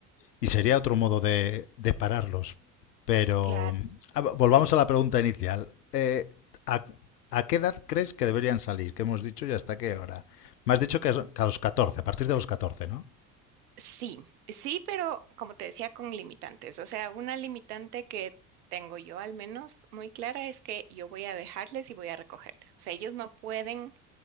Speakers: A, on the left; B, on the right.
A: y sería otro modo de, de pararlos. Pero
B: claro.
A: ah, vo- volvamos a la pregunta inicial. Eh, ¿a, a qué edad crees que deberían salir? ¿Qué hemos dicho y hasta qué hora? Me has dicho que a que a los catorce a partir de los 14, ¿no?
B: Sí, sí, pero como te decía, con limitantes. O sea, una limitante que tengo yo al menos muy clara es que yo voy a dejarles y voy a recogerles. O sea, ellos no pueden